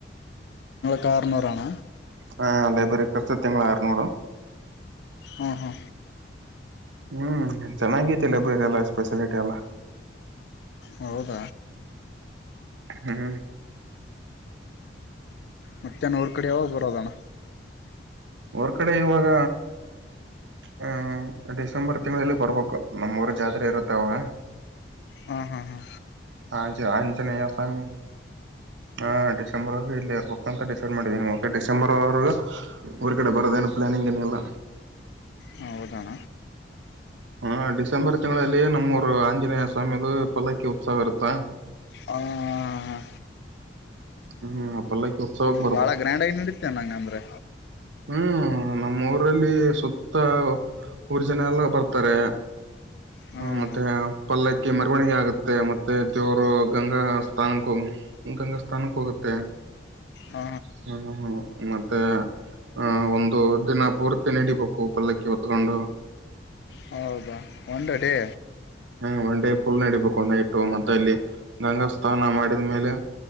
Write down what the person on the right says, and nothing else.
ಹಾ ಲೈಬ್ರರಿ ಕರ್ಚ ತಿಂ ಅರನೂರ
ಹ್ಮ್ ಚೆನ್ನಾಗೈತಿ ಲೈಬ್ರರಿ ಎಲ್ಲ ಸ್ಫೆಸಿಲಿಟಿ ಎಲ್ಲ
ಹ್ಮ್
ಅವರ್ ಕಡೆ ಇವಾಗ ಹ ಡಿಸೆಂಬರ್ ತಿಂಗಳಲ್ಲಿ ಬರ್ಬೇಕು ನಮ್ಮೂರು ಜಾತ್ರೆ ಇರುತ್ತೆ ಅವಾಗ
ಹಜ ಅಜನ ಅಿ ಹ ಡಿಸೆಂಬರ್ ಇಲ್ಲೇ ಇರ್ಬೇಕಂತ ಡಿಸೈಡ್ ಮಾಡಿದ್ದೀ ಓಕೆ ಡಿಸೆಂಬರ್ವರೆಗೂ್ರ ಕಡೆರೋದ ಏನು ಪ್ಲಾನಿಂಗ್ ಏನಿಲ್ಲ
ಹ ಡಿಸೆಂಬರ್ ತಿಂಗಳಲ್ಲಿ ನಮ್ಮೂರು ಆಂಜನೇಯ ಸ್ವಾಮಿ ಪಲ್ಲೈಕಿ ಉತ್ಸವ ಇರುತ್ತಾ
ಹ್ಮ್ ಪಲ್ಲಕ್ಕಿ ಉತ್ಸವಕ್ಕೆ
ಹ್ಮ ನಮ್ಮ ಊರಲ್ಲಿ ಸುತ್ತ ಊರಿಜನೆ ಎಲ್ಲ ಬರ್ತಾರೆ
ಹ್ಮ್, ಮತ್ತೆ ಪಲ್ಲಕ್ಕ ಮೆರವಣಿಗೆ ಆಗುತ್ತೆ ಮತ್ತೆ ದೇವರು ಗಂಗಾ ಸ್ಥಾನಕ್ಕೆ ಹೋಗ ಗಂಗಾ ಸ್ಥಾನಕ್ಕೆ ಹೋಗುತ್ತೆ
ಹ್ಮ್ ಹ್ಮ ಹಾ ಮತ್ತ ಆಹ ಒಂದು ದಿನ ಪೂರ್ತಿ ನಡಿಬೇಕು ಪಲ್ಲಕ್ಕಿ ಹೊತ್ಕೊಂಡು
ಹ ಒಂಡೇ ಪುಲ್ ನಡಿಬೇಕು ಅಂದ ಇಟ್ಟು ಮತ್ತೆ ಅಲ್ಲಿ ಗಂಗಾ ಸ್ನಾನ ಮಾಡಿದ್ಮೇಲೆ